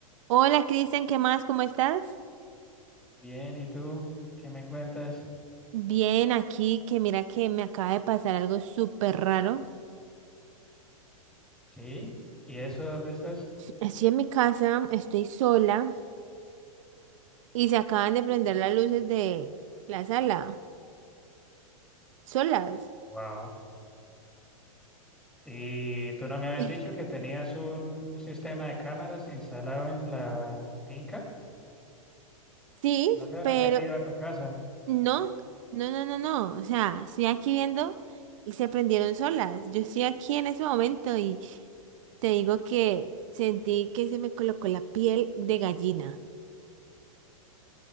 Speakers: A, on the right; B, in the centre.
A: Hola Cristian, ¿qué más? ¿Cómo estás?
B: Bien, ¿y tú qué me cuentas?
A: Bien, aquí que mira que me acaba de pasar algo súper raro.
B: ¿Sí? ¿Y eso dónde estás?
A: Estoy en mi casa, estoy sola y se acaban de prender las luces de la sala, solas.
B: Wow. ¿Y tú no
A: <laughs>
B: me habías
A: Y-
B: dicho que tenías un sistema de cámaras instalado en la finca?
A: Sí,
B: ¿No se habrán
A: pero
B: metido a tu casa?
A: no, no, no, no, no. O sea, estoy aquí viendo y se prendieron solas. Yo estoy aquí en ese momento y te digo que sentí que se me colocó la piel de gallina.